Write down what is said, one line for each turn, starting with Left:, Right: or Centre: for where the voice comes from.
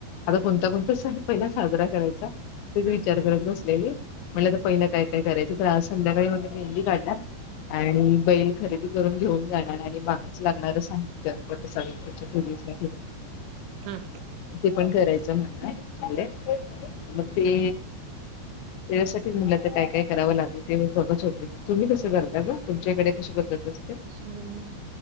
Left: आता कोणत सण पहिला साजरा करायचा ते
Right: हम्म
Left: विचार करत नसत म्हटलं आता पहिला काय काय करायचं तर संध्याकाळी म्हणजे मेहंदी काढणार आणि बैल खरेदी करून घेऊन जाणार आणि बाकीच लागणार साहित्य वटसावित्री पूजेसाठी
Right: हम्म
Left: ते पण करायचं म्हणले मग ते त्यासाठी मुला काय काय करावं लागेल ते बघत होते तुम्ही कसं करता का तुमच्याकडे कशी पद्धत अस
Right: हम्म